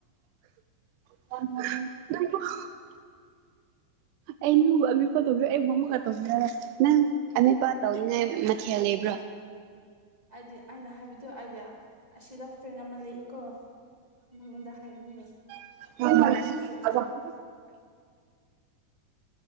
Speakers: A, on the right (about 80°); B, on the right (about 30°).
A: <unintelligible> ꯑꯩꯩ ꯅꯪꯕꯨ ꯑꯃꯤꯄ ꯇꯧꯖꯩ ꯑꯩ <unintelligible> ꯑꯃꯦꯠꯄ ꯇꯧꯅꯤꯡꯉꯥꯏ ꯃꯊꯦꯜ ꯂꯩꯕ꯭ꯔꯣ
B: ꯑꯥꯏꯗꯤ ꯑꯩꯅ ꯍꯥꯏꯕꯗꯣ ꯑꯩꯗꯤ ꯑꯁꯤꯗ ꯐ꯭ꯔꯦꯟ ꯑꯃ ꯂꯩꯌꯦꯀꯣ ꯁꯤ ꯅꯪꯉꯣꯟꯗ ꯍꯥꯏꯕꯅꯦ
A: <unintelligible>
B: ꯅꯪꯉꯣꯟꯗ ꯍꯥꯏꯁꯦ